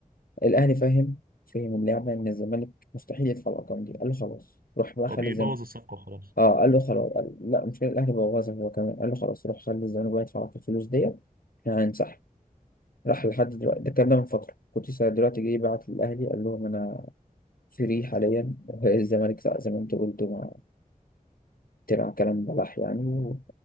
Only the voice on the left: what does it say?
الاهلي فاهم فهم اللعبه ان الزمالك مستحيل يدفع الارقام دي قال له خلاص روح بقى خلي
الزم...
اه قال له خلاص قال لا مش كده، الاهلي بوظها هو كمان قال له خلاص روح خلي الزمالك بقى يدفع لك الفلوس ديت احنا هنسحب راح لحد دلوقتي ده الكلام ده من فتره كنت لسه دلوقتي جاي بعت للاهلي قال لهم انا فري حاليا الزمالك ساق زي ما انت قلت ما تبع كلام بلح يعني